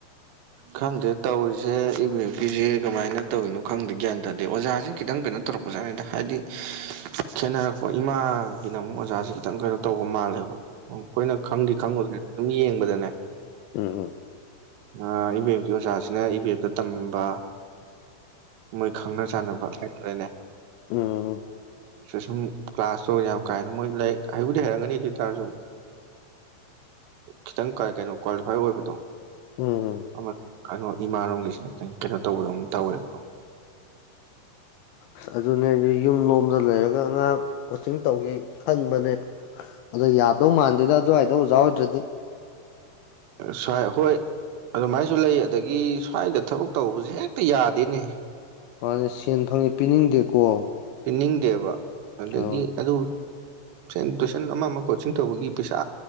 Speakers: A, on the right (about 70°); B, on the left (about 80°).
A: ꯈꯪꯗꯦ ꯇꯧꯔꯤꯖꯦ ꯏ ꯚꯤ ꯑꯦꯝ ꯀꯤꯖꯦ ꯀꯃꯥꯏꯅ ꯇꯧꯌꯤꯅꯣ ꯈꯪꯗꯦ ꯒ꯭ꯌꯥꯟ ꯇꯥꯗꯦ ꯑꯣꯖꯥꯖꯤ ꯈꯤꯇꯪ ꯀꯩꯅꯣ ꯇꯧꯔꯛꯄꯖꯥꯠꯅꯤꯗ ꯍꯥꯏꯗꯤ ꯈꯦꯠꯅꯔꯛꯄ ꯏꯃꯥꯒꯤꯅ ꯑꯃꯨꯛ ꯑꯣꯖꯥꯖꯦ ꯈꯤꯇꯪ ꯀꯩꯅꯣ ꯇꯧꯕ ꯃꯥꯜꯂꯦꯕ ꯎꯝ ꯈꯣꯏꯅ ꯈꯪꯗꯤ ꯈꯪꯉꯨꯗꯅ ꯑꯗꯨꯝ ꯌꯦꯡꯕꯗꯅꯦ
B: ꯑ ꯑꯝ
A: ꯑꯥ ꯏ ꯕꯤ ꯑꯦꯞ ꯀꯤ ꯑꯣꯖꯥꯖꯤꯅ ꯏ ꯕꯤ ꯑꯦꯞꯇ ꯇꯝꯕ ꯃꯣꯢ ꯈꯪꯅ ꯆꯥꯟꯅꯕ ꯂꯩꯇ꯭ꯔꯦꯅꯦ
B: ꯎꯝ ꯎꯝ
A: ꯁ ꯁꯨꯝ ꯀ꯭ꯂꯥꯁꯇꯣ ꯌꯥꯝ ꯀꯥꯍꯦꯟꯅ ꯃꯣꯢ ꯂꯥꯏꯤꯛ ꯍꯩꯕꯨꯗꯤ ꯍꯩꯔꯝꯒꯅꯤ ꯑꯗꯨꯢ ꯇꯥꯥꯔꯖꯨ ꯈꯤꯇꯪ ꯀ ꯀꯩꯅꯣ ꯀ꯭ꯋꯥꯂꯤꯐꯥꯏ ꯑꯣꯢꯕꯗꯣ
B: ꯎꯝ
A: ꯑꯃ ꯀꯅꯣ ꯏꯃꯥꯔꯣꯝꯒꯤꯖꯤꯅ ꯈꯤꯇꯪ ꯀꯩꯅꯣ ꯇꯧꯕꯗꯧꯅ ꯇꯧꯋꯦꯕ
B: ꯁ ꯑꯗꯨꯅꯦ ꯌꯨꯝ ꯂꯣꯝꯗ ꯂꯩꯔꯒ ꯑꯉꯥꯡ ꯀꯣꯆꯤꯡ ꯇꯧꯒꯦ ꯈꯟꯕꯅꯦ ꯑꯗꯣ ꯌꯥꯗꯧ ꯃꯥꯟꯗꯦꯗ ꯑꯗꯨꯋꯥꯢꯗ ꯑꯣꯖꯥ ꯑꯣꯢꯗ꯭ꯔꯗꯤ
A: ꯁ꯭ꯋꯥꯢ ꯍꯣꯢ ꯑꯗꯨꯃꯥꯢꯖꯨ ꯂꯩ ꯑꯗꯒꯤ ꯁ꯭ꯋꯥꯢꯗ ꯊꯕꯛ ꯇꯧꯕꯖꯦ ꯍꯦꯛꯇ ꯌꯥꯗꯦꯅꯦ
B: ꯃꯥꯟꯅꯦ ꯁꯦꯟ ꯐꯪꯉꯤ ꯄꯤꯅꯤꯡꯗꯦꯀꯣ
A: ꯄꯤꯅꯤꯡꯗꯦꯕ ꯑꯗꯒꯤ
B: ꯑ
A: ꯑꯗꯨ ꯁꯟ ꯇꯨꯢꯁꯟ ꯑꯃ ꯃ ꯀꯣꯆꯤꯡ ꯇꯧꯕꯒꯤ ꯄꯩꯁꯥ